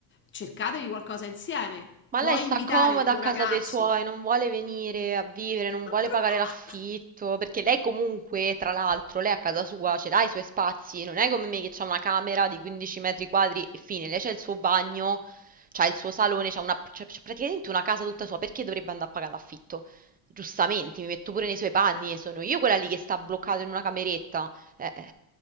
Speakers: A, on the left (about 25°); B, on the right (about 20°).
A: cercatevi qualcosa insieme,
B: Ma
A: puoi
B: lei sta
A: invitare
B: comoda
A: il tuo
B: a casa
A: ragazzo.
B: dei suoi, non vuole venire a vivere, non
A: Ma-
B: vuole
A: ma-
B: pagare l'affitto, perché lei comunque, tra l'altro, lei a casa sua ce l'ha i suoi spazi, non è come me che c'ha una camera di 15 metri quadri e fine, lei c'ha il suo bagno, c'ha il suo salone, c'ha una, c'ha- c'ha praticamente una casa tutta sua, perché dovrebbe andare a pagare l'affitto? Giustamente, mi metto pure nei suoi panni,
A: ma-
B: sono io quella lì che sta bloccato in una cameretta. Eh, eh.